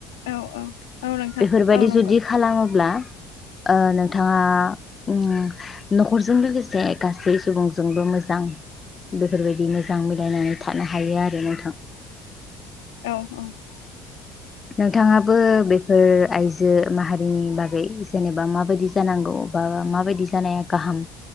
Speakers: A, on the left; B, on the left.
A: औ औ। औ नोंथां
B: बेफोरबायदि
A: औ
B: जुदि
A: नंगौ
B: खालामोब्ला। ओ नोंथाङा उम न'खरजों लोगोसे गासै सुबुंजोंबो मोजां बेफोरबायदि मोजां मिलायनानै थानो हायो आरो नोंथां।
A: औ औ।
B: नोंथाङाबो बे बेफोर आइजो माहारिनि बागै जेनेबा माबायदि जानांगौ बा माबायदि जानाया गाहाम